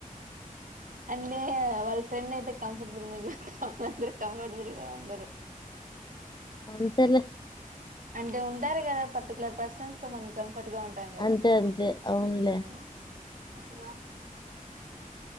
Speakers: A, on the right; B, on the left.
A: అందే వాళ్ళ ఫ్రెండ్ అయితే కంఫర్టబుల్ మీద <unintelligible> కంఫర్టబుల్ గా ఉండరు.
B: అంతేలే
A: అంటే ఉంటారు కదా పర్టికులర్ పర్సన్స్ తో మనక కంఫర్ట్ గా ఉంటాం కదా.
B: అంతే అంతే అవునులే
A: ఈ ము అసల